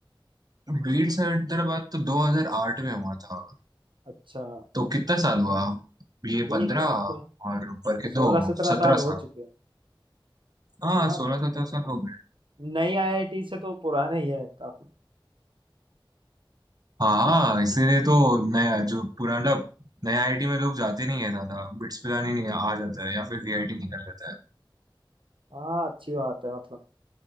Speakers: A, on the right; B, on the right.
A: बीट्स हैदराबाद तो 2008 में हुआ था
B: अच्छा
A: तो कितना साल हुआ ये
B: ठीक
A: पंद्रह
B: है
A: और
B: उसको
A: ऊपर के
B: सोलह
A: दो
B: सत्रह
A: सत्रह
B: साल हो
A: साल
B: चुके हैं
A: हाँ
B: हाँ
A: सोलह सत्रह साल हो गए
B: नई आईआईटी से तो पुराने ही है काफी
A: हाँ इसीलिए तो नया जो पुराना मतलब नया आईटी में लोग जाते नहीं है ज्यादा बिट्स पिलानी नहीं आ जाता है या फिर वीआईटी निकल जाता है
B: हाँ अच्छी बात है मतलब